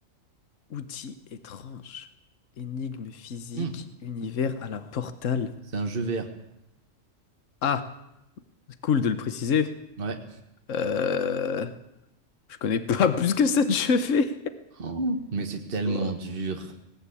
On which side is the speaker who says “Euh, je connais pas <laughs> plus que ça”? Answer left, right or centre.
Left